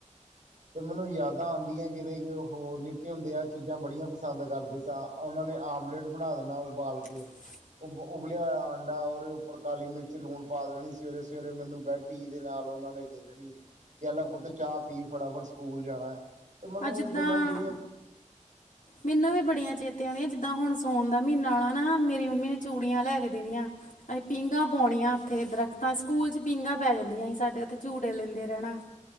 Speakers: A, on the right; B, on the left.
A: ਤੇ ਮੈਨੂੰ ਯਾਦ ਯਾਦਾ ਆ ਦੀਆਂ ਕਿਵੇ ਕਿ ਉਹ ਹੋ ਨਿੱਕੇ ਹੁੰਦੇ, ਆਹ ਚੀਜ਼ਾਂ ਬੜੀਆਂ ਪਸੰਦ ਕਰਦੇ ਸਾਂ। ਉਹਨਾਂ ਨੇ ਆਮਲੇਟ ਬਣਾ ਦੇਣਾ ਉਬਾਲ ਕੇ
B: ਹ <inaudible>
A: ਉ ਉਬਲਿਆ ਹੋਇਆ ਆਂਡਾ ਔਰ ਉਰ ਕਾਲੀ ਮਿਰਚ, ਲੂਣ ਪਾ ਦੇਣੀ, ਸਵੇਰੇ ਸਵੇਰੇ ਮੈਨੂੰ ਬੈਡ ਟੀ ਦੇ ਨਾਲ ਉਹਨਾਂ ਨੇ ਦੇ ਦੇਣੀ। ਕਹਿ ਆਲਾ ਪੁੱਤ ਚਾਹ ਪੀ ਫਟਾਫਟ ਸਕੂਲ ਜਾਣਾ ਹੈ, ਤੇ ਮੈਨੂੰ
B: ਆ ਜਿੱਦਾਂ
A: ਉਹ ਗੱਲਾਂ ਜਿਹੜੀਆਂ
B: ਮੈਨੂੰ ਵੀ ਬੜੀਆਂ ਚੇਤ ਆਉਂਦੀਆਂ ਜਿੱਦਾਂ ਹੁਣ ਸਾਉਣ ਦਾ ਮਹੀਨਾ ਆਣਾ ਨਾ, ਮੇਰੀ ਮੰਮੀ ਨੇ ਚੂੜੀਆਂ ਲੈ ਕੇ ਦੇਣੀਆਂ। ਅਹੀ ਪੀਂਘਾਂ ਪਾਉਣੀਆਂ ਉੱਥੇ ਦਰਖ਼ਤਾਂ ਸਕੂਲ 'ਚ ਪੀਂਘਾਂ ਪੈ ਜਾਂਦੀਆਂ ਸੀ ਸਾਡੇ ਉੱਥੇ, ਝੂਟੇ ਲੈਂਦੇ ਰਹਿਣਾ।